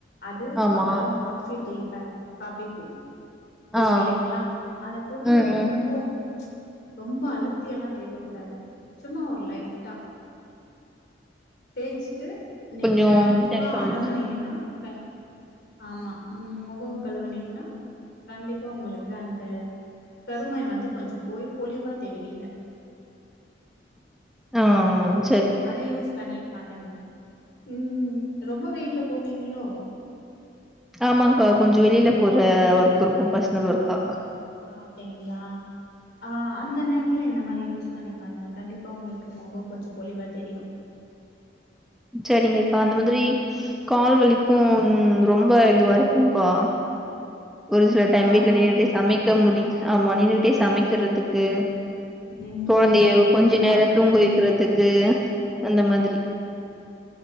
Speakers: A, on the left; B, in the centre.
A: அது
B: ஆமா
A: அப்பறோ காஃபி தூள் பேக் காப்பி தூள் இருக்கு
B: ஆ
A: இல்லைங்ளா அத போட்டு
B: ம்
A: ரொம்போ
B: ம்
A: ரொம்ப அழுத்தி எல்லா தேக்க கூடாது சும்மா ஒரு லைட்டா தேச்சிட்டு நீங்க
B: கொஞ்சோ
A: மொகோ
B: ம்
A: அலம்பனிங்கன்னா க ஆமா ம் மொகோ கழுவுனீங்கன்னா கண்டிப்பா உங்களுக்கு அந்த கருமை வந்து கொஞ்ச போய் பொலிவா தெரிவீங்க
B: ஆ ஆ
A: அத யூஸ் பண்ணி பாருங்க ம் ரொம்ப வெயில்ல போவீங்ளோ
B: ஆமாங்கா கொஞ்ச வெளில போற ஒர்க் இருக்கு பர்சனல் ஒர்க்கா
A: ஆ அப்டிங்ளா ஆ அந்த நேரத்துல இந்த மாரி யூஸ் பண்ணி பாருங்க கண்டிப்பா உங்களுக்கு மொகோ கொஞ்சோ பொலிவா தெரியு
B: சரிங்கக்கா அந்த மாதிரி கால் வலிக்கு ரொம்ப இதுவா இருக்குங்கா ஒரு சில டைம்
A: கால்
B: வீட்ல நின்னுட்டே
A: வலிக்குது
B: சமைக்க முடிய ஆமா நின்னுகிட்டே சமைக்கறதுக்கு
A: நின்டுட்டே
B: கொழந்தைய
A: சமைச்சா
B: கொஞ்ச நேரோ தூங்க வைக்கிறதுக்கு அந்த மாதிரி
A: ஆ